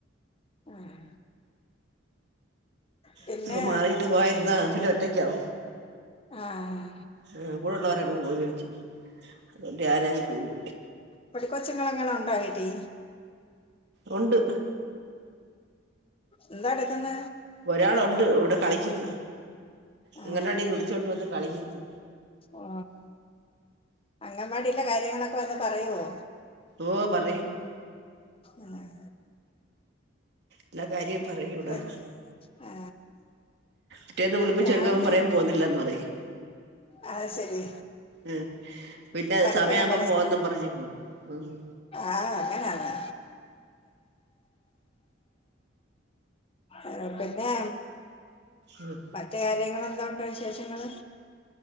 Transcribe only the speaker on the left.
ആഹ് പിന്നെ
ആഹ്
പൊടിക്കൊച്ചങ്ങൾ എങ്ങനെ ഉണ്ടായിട്ട്
എന്താടക്കന്ന
ആ
ഓ അംഗൻവാടിള്ള കാര്യങ്ങളൊക്കെ വന്ന് പറയുവോ
ആഹ്
പിന്നെ ആ
രാവിലെ
അത് ശരി
പലപ്പോഴും
ആഹ് അങ്ങനാന്നോ ആഹ് പിന്നെ
മറ്റ കാര്യങ്ങൾ എന്താ ഉണ്ടോ വിശേഷങ്ങള്